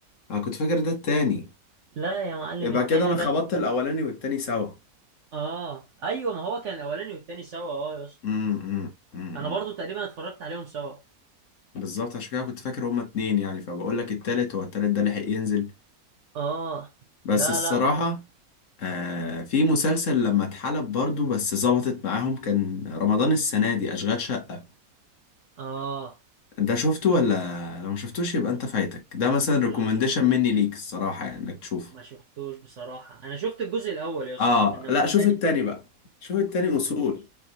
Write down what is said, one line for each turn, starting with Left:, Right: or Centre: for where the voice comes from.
Left: انا كنت فاكر ده التاني
Right: لا يا معلم
Left: يبقى
Right: التاني
Left: كده انا
Right: ده
Left: خبطت
Right: ب-
Left: الاولاني والتاني سوا
Right: اه ايوه ما هو كان الاولاني والتاني سوا اه يا اسطى
Left: امم امم
Right: انا برضو تقريبا اتفرجت عليهم سوا
Left: بالظبط عشان كده كنت فاكر هما اتنين يعني فبقول لك التالت هو التالت ده لحق ينزل
Right: اه
Left: بس
Right: لا
Left: الصراحة
Right: لا
Left: آه في مسلسل لما اتحلب برضو بس ظبطت معاهم كان رمضان السنة دي أشغال شقة
Right: اه
Left: ده شفته ولا لو ما شفتوش يبقى انت فايتك ده مثلا ريكومنديشن
Right: لا مش
Left: مني ليك الصراحة يعني انك تشوفه
Right: ما شفتوش بصراحة انا شفت الجزء الاول يا اسطى
Left: اه
Right: انما
Left: لا شوف
Right: التاني
Left: التاني بقى شوف التاني اصول